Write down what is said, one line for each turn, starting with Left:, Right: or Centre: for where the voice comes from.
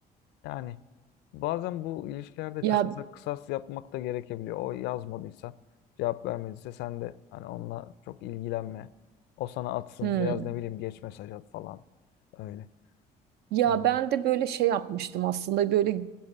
Left: Yani bazen bu ilişkilerde
Right: Ya
Left: kısasa kısas yapmak da gerekebiliyor. O yazmadıysa cevap vermediyse sen de hani onunla çok ilgilenme. O sana atsın
Right: hmm.
Left: biraz ne bileyim geç mesaj at falan. Öyle.
Right: Ya
Left: Yani
Right: ben de böyle şey yapmıştım aslında böyle